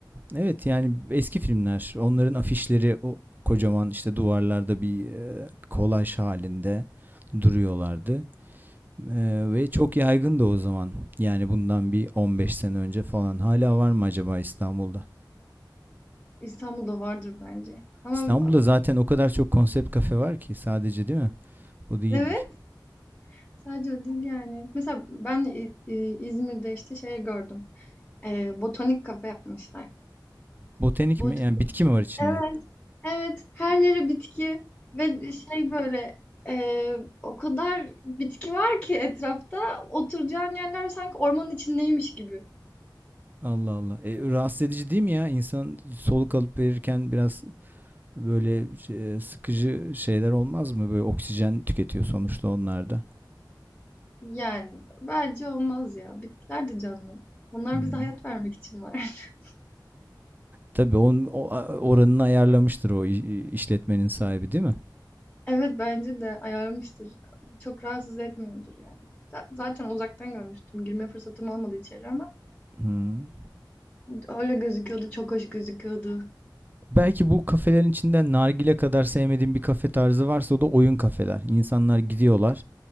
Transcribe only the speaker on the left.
İstanbul'da vardır bence ama
Evet, sadece o değil yani. Mesela ben İ- İ- İzmir'de işte şey gördüm. Ee, botanik kafe yapmışlar.
Bot
evet, evet. Her yere bitki ve şey böyle e, o kadar bitki var ki etrafta oturacağın yerler sanki ormanın içindeymiş gibi.
Yani bence olmaz ya. Bitkiler de canlı. Onlar
bize hayat vermek için var. <laughs>
Evet bence de ayarlamıştır. Çok rahatsız etmiyordur yani. Z- Zaten uzaktan görmüştüm. Girme fırsatım olmadı içeri ama.
Öyle gözüküyordu, çok hoş gözüküyordu.